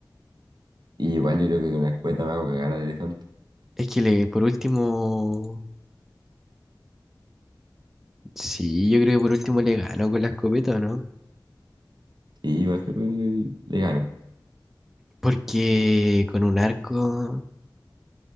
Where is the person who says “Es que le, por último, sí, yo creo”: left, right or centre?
Centre